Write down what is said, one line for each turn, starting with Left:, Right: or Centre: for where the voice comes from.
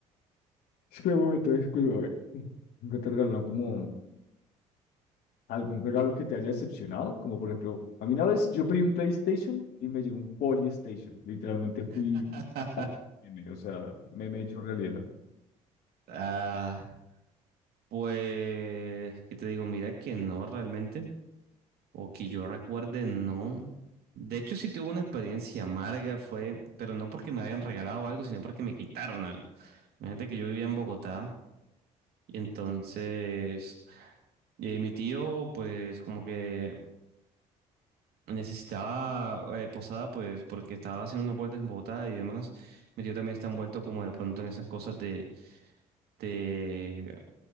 Left: <laughs> espérame un momento discúlpame, nunca te regalaron como algún regalo que te haya decepcionado, como por ejemplo, a mí una vez yo pedí un PlayStation y me llegó un Polystation. Literalmente fui
Right: <laughs>
Left: meme, o sea, meme hecho realidad.
Right: Ah, pues, ¿qué te digo? Mira que no realmente. O que yo recuerde, no. De hecho, sí tuve una experiencia amarga, fue, pero no porque me hayan regalado algo, sino porque me quitaron algo. Imagínate que yo vivía en Bogotá y entonces eh, mi tío, pues como que necesitaba eh, posada, pues porque estaba haciendo unas vueltas en Bogotá y demás. Mi tío también está envuelto como de pronto en esas cosas de, de,